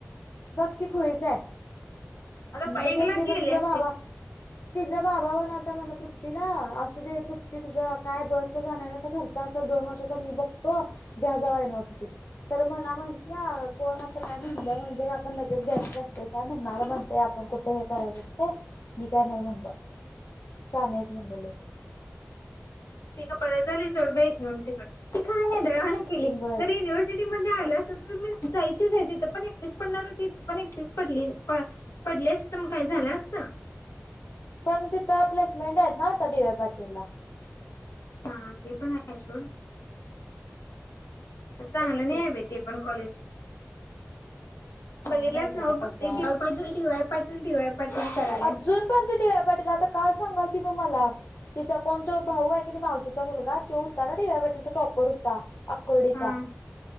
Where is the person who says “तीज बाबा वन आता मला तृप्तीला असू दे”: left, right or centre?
Left